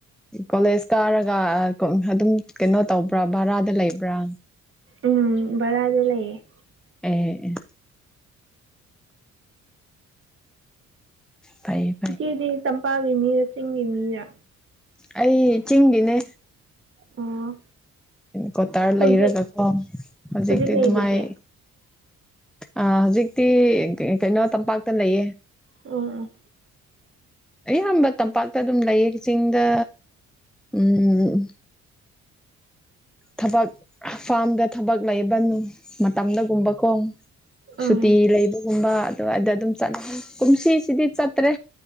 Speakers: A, in the centre; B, on the right.
A: ꯀꯣꯂꯦꯖ ꯀꯥꯔꯒ ꯑꯗꯨꯝ ꯀꯩꯅꯣ ꯇꯧꯕ꯭ꯔꯥ ꯚꯔꯥꯗ ꯂꯩꯕ꯭ꯔꯥ꯫
B: ꯎꯝ ꯕꯔꯥꯗ ꯂꯩꯌꯦ
A: ꯑꯦ ꯑꯦ ꯐꯩ
B: ꯏꯆꯦꯗꯤ ꯇꯝꯄꯥꯛꯒꯤ ꯃꯤꯔ ꯆꯤꯡꯒꯤ ꯃꯤꯔ꯫
A: ꯑꯩ ꯆꯤꯡꯒꯤꯅꯦ
B: ꯑꯣ꯫
A: ꯀꯣꯇꯥꯔ
B: ꯍꯧꯖꯤꯛ
A: ꯂꯩꯔꯒꯀꯣ ꯍꯧꯖꯤꯛꯇꯤ
B: ꯍꯧꯖꯤꯛ
A: ꯑꯗꯨꯃꯥꯏ
B: ꯂꯩꯕꯗꯤ
A: ꯑ ꯍꯧꯖꯤꯛꯇꯤ ꯀꯩꯅꯣ ꯇꯝꯄꯥꯛꯇ ꯂꯩꯌꯦ
B: ꯎꯝ
A: ꯑꯌꯥꯝꯕ ꯇꯝꯄꯥꯛꯇ ꯑꯗꯨꯝ ꯂꯩꯌꯦ ꯆꯤꯡꯗ ꯎꯝ ꯊꯕꯛ ꯐꯥꯝꯗ ꯊꯕꯛ ꯂꯩꯕ ꯃꯇꯝꯗꯒꯨꯝꯕꯀꯣ
B: ꯎꯝ
A: ꯁꯨꯇꯤ ꯂꯩꯕ ꯒꯨꯝꯕ ꯑꯗꯨꯋꯥꯏꯗ ꯑꯗꯨꯝ ꯆꯠꯂꯦ ꯀꯨꯝꯁꯤꯁꯤꯗꯤ ꯆꯠꯇ꯭ꯔꯦ